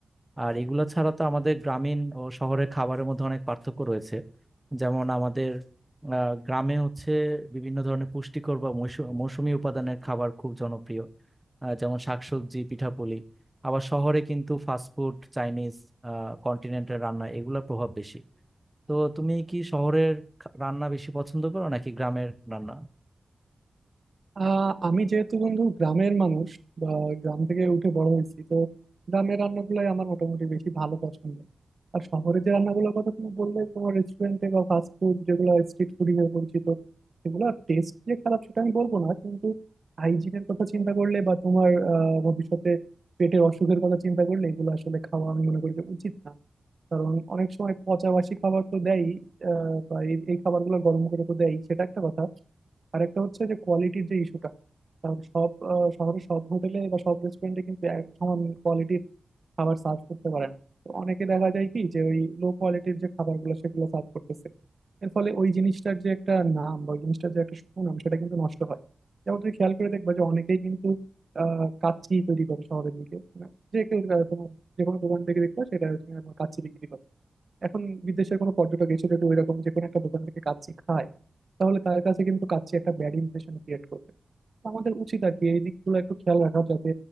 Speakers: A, in the centre; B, on the right.
A: আর এগুলো ছাড়া তো আমাদের গ্রামীণ ও শহরের খাবারের মধ্যে অনেক পার্থক্য রয়েছে যেমন আমাদের আহ, গ্রামে হচ্ছে বিভিন্ন ধরনের পুষ্টিকর বা মৌসু- মৌসুমী উপাদানের খাবার খুব জনপ্রিয় আহ, যেমন শাকসবজি পিঠাপুলি আবার শহরে কিন্তু ফাস্টফুড চাইনিজ কন্টিনেন্টাল রান্না এগুলোর প্রভাব বেশি তো তুমি কি শহরের খা- রান্না বেশি পছন্দ করো নাকি গ্রামের রান্না
B: আহ আমি যেহেতু বন্ধু গ্রামের মানুষ বা গ্রাম থেকে উঠে বড় হয়েছি তো গ্রামের রান্নাগুলাই আমার মোটামুটি বেশি ভালো পছন্দ আর শহরের যে রান্নাগুলোর কথা তুমি বললে তোমার রেস্টুরেন্টে বা ফাস্ট ফুড যেগুলো স্ট্রিট ফুড হিসেবে পরিচিত সেগুলো টেস্ট যে খারাপ সেটা আমি বলবো না কিন্তু হাইজিনের কথা চিন্তা করলে বা তোমার আহ ভবিষ্যতে পেটের অসুখের কথা চিন্তা করলে এগুলো আসলে খাওয়া আমি মনে করি যে উচিত না কারণ অনেক সময় পচাবাসি খাবার তো দেয় বা এই এই খাবারগুলো গরম করে তো দেয় সেটা একটা কথা আরেকটা হচ্ছে যে কোয়ালিটির যে ইস্যুটা কারণ সব আহ, শহরের সব হোটেলে বা সব রেস্টুরেন্টে কিন্তু এক সমান কোয়ালিটির খাবার সার্ভ করতে পারে না তো অনেকে দেখা যায় কি যে ওই লো কোয়ালিটির যে খাবারগুলো সেগুলো সার্ভ করতেছে এর ফলে ওই জিনিসটার যে একটা নাম বা ওই জিনিসটার যে একটা সুনাম সেটা কিন্তু নষ্ট হয় যেমন তুমি খেয়াল করে দেখবা যে অনেকেই কিন্তু আহ কাচ্চি তৈরি করে শহরের দিকে মানে যে কেউ আহ, তোমার যে কোনো দোকান থেকে দেখবা সেটা হচ্ছে তোমার কাচ্চি বিক্রি করে এখন বিদেশের কোনো পর্যটক এসে যদি ওইরকম যে কোনো একটা দোকান থেকে কাচ্চি খায় তাহলে তার কাছে কিন্তু কাচ্চি একটা ব্যাড ইমপ্রেশন ক্রিয়েট করবে তো আমাদের উচিত আর কি এই দিকগুলো একটু খেয়াল রাখা যাতে